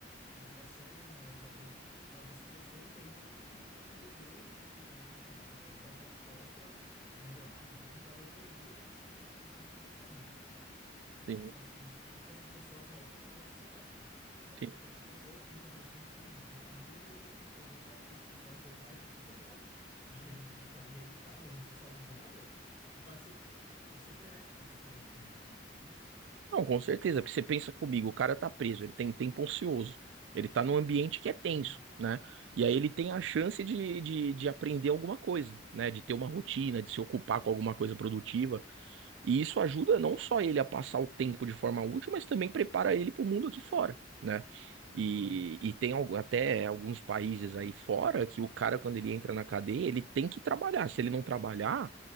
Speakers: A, on the left; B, on the right.
A: educação, ou talvez fazer essa pessoa entenda o crime que ela cometeu e, enfim, se ela, se ela tá disposta a melhorar, fazer com que ela evolua nesse, nessa questão de pensamento, sabe? Pra gente
B: Sim,
A: conseguir que essas pessoas voltem para a sociedade, né? Até
B: sim.
A: porque essas pessoas muitas vezes têm filhos, têm família, e, e às vezes eu acho que se, se elas voltarem para a sociedade de, reedu- de forma reeducada ou ressocializada, vai ser, vai ser benéfico para a sociedade de modo geral, entende?
B: Não, com certeza, porque você pensa comigo, o cara tá preso, ele tem tempo ocioso, ele tá num ambiente que é tenso,
A: Sim,
B: né? E aí ele tem a chance de, de, de aprender alguma coisa, né? De ter uma rotina, de se ocupar com alguma coisa produtiva. E isso ajuda não só ele a passar o tempo de forma útil, mas também prepara ele para o mundo aqui fora, né?
A: concordo.
B: E, e tem al- até alguns países aí fora que o cara, quando ele entra na cadeia, ele tem que trabalhar. Se ele não trabalhar,